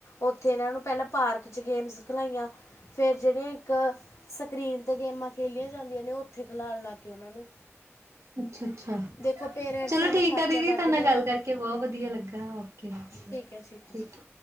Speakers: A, on the left; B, on the right.
A: ਉੱਥੇ, ਇਨਾਂ ਨੂੰ ਪਹਿਲਾਂ ਪਾਰਕ ਚ ਗੇਮਸ ਖਿਲਾਈਆਂ ਫਿਰ ਜਿਹੜੀਆਂ ਇੱਕ ਸਕਰੀਨ 'ਤੇ ਗੇਮਾਂ ਖੇਲੀਆਂ ਜਾਂਦੀਆਂ ਨੇ, ਉਹ ਉੱਥੇ ਖਿਲਉਣ ਲੱਗ ਗਏ ਉਹਨਾਂ ਨੂੰ
B: ਅੱਛਾ -ਅੱਛਾ,
A: ਦੇਖੋ ਪੇਰੈਂਟਸ
B: ਚਲੋ
A: ਇੰਨਾ
B: ਠੀਕ
A: ਖਰਚਾ
B: ਆ ਦੀਦੀ,
A: ਕਰਦੇ
B: ਤੁਨੇ
A: ਨੇ ਉਹਨੂੰ
B: ਨਾਲ ਗੱਲ ਕਰਕੇ ਬਹੁਤ ਵਧੀਆ ਲੱਗਾ ਹੋ। ਠੀਕ ਐ,
A: ਹੈ ਹੈ
B: ਠੀਕ
A: ਜੀ